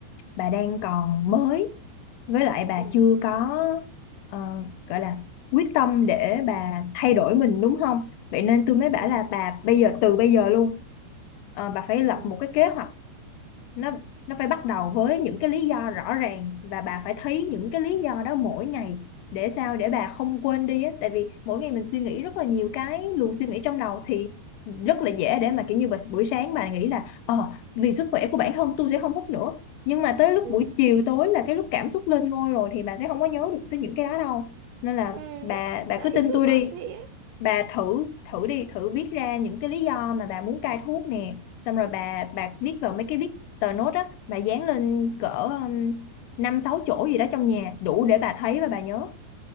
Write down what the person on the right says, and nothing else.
ừ
ừ
ừ
ừ
ừ
đấy
tôi
toàn
thế ấy